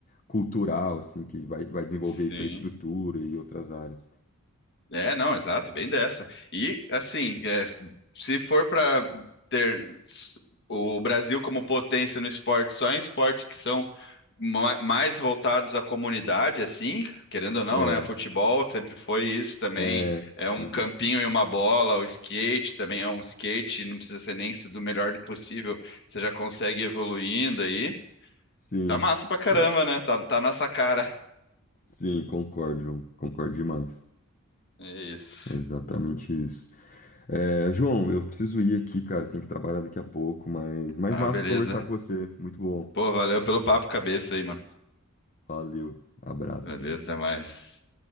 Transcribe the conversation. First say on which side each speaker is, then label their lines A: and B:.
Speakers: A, on the left (about 35°); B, on the left (about 55°).
A: cultural, assim, que vai, vai desenvolver
B: Sim.
A: infraestrutura e outras áreas.
B: É, não, exato, bem dessa. E, assim, é, se for para ter s- o Brasil como potência no esporte, só em esportes que são ma- mais voltados à comunidade, assim, querendo ou não,
A: É,
B: né? Futebol sempre foi isso também.
A: é.
B: É um
A: uhum.
B: campinho e uma bola, o skate também é um skate, não precisa ser nem do melhor possível, você já consegue ir evoluindo aí.
A: Sim,
B: Tá massa pra caramba,
A: sim,
B: né? Tá, tá nessa cara.
A: sim, concordo, João. Concordo demais.
B: É isso.
A: É Exatamente isso. É, João, eu preciso ir aqui, cara. Tenho que trabalhar daqui a pouco, mas mais
B: Ah,
A: massa
B: beleza.
A: conversar com você. Muito bom.
B: Pô, valeu pelo papo cabeça aí, mano.
A: Valeu, abraço.
B: Valeu, até mais.